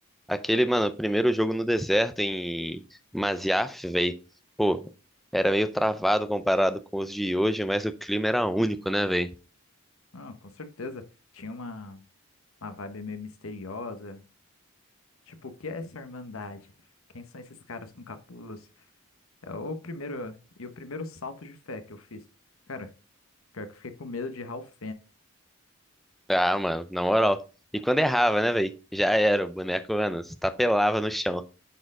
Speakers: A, in the centre; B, on the left (about 70°).
A: Aquele, mano, primeiro jogo no deserto em Masyaf, velho. Pô, era meio travado comparado com os de hoje, mas o clima era único, né, velho?
B: Não, com certeza. Tinha uma, uma vibe meio misteriosa. Tipo, o que é essa Irmandade? Quem são esses caras com capuz? É o primeiro, e o primeiro salto de fé que eu fiz. Cara, pior que eu fiquei com medo de Ralph
A: Ah, mano, na moral. E quando errava, né, velho? Já era, o boneco, mano, se tapelava no chão.